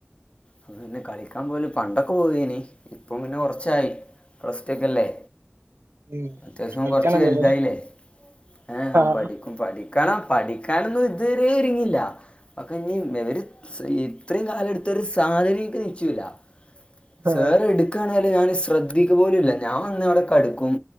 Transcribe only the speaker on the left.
അത് തന്നെ കളിക്കാൻ പോലും പണ്ടൊക്കെ പോവാനി അപ്പ പിന്നെ ഒറച്ചായി റസ്റ്റ്ക്കഅല്ലേ
അത്യാവശ്യം
കുറച്ച് വലുതായില്ലേ ഏ ആ
പഠിക്കും പഠി ക്കണം പഠിക്കാനൊന്നും ഇതുവരെ ഒരുങ്ങില്ല <unintelligible> ഇത്രയും കാലമെടുത്തൊരു സ് സാധനമെനിക്കു നിശ്ചിയുല്ല
സാറ് എടുക്കുകയാണെങ്കില് ഞാന് ശ്രദ്ധിക്ക പോലുവില്ല ഞാൻന്നവിടെ കടുക്കും